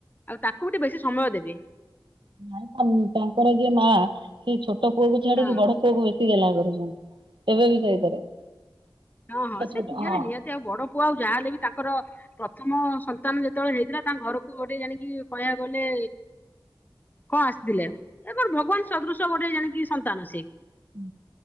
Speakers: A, on the left; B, on the right.
A: ଆଉ ତାକୁ ଟିକେ ବେଶୀ ସମୟ ଦେବେ।
B: <unintelligible> ତାଙ୍କର ଯିଏ ମାଁ ସିଏ ଛୋଟ ପୁଅକୁ ଛାଡ଼ିକି
A: ହଁ।
B: ବଡ଼ ପୁଅକୁ ବେଶି ଗଲା କରୁଛନ୍ତି ଏବେବି ସେଇଥିରେ।
A: ହଁ ହଁ
B: ତ
A: ସେନିହାତି
B: ଛୋଟ ହଁ
A: ନିହାତି ଆଉ ବଡ଼ପୁଅ ଆଉ ଯାହାହେଲେବି ତାଙ୍କର ପ୍ରଥମ ସନ୍ତାନ ଯେତେବେଳେ ହେଇଥିଲା ତାଙ୍କ ଘରକୁ ଗୋଟେ ଜାଣିକି କହିବାକୁ ଗଲେ କଣ ଆସିଥିଲେ ଏବଂ ଭଗବାନ୍ ସଦୃଶ ଗୋଟେ ଜାଣିକି ସନ୍ତାନସେ।
B: ହୁଁ।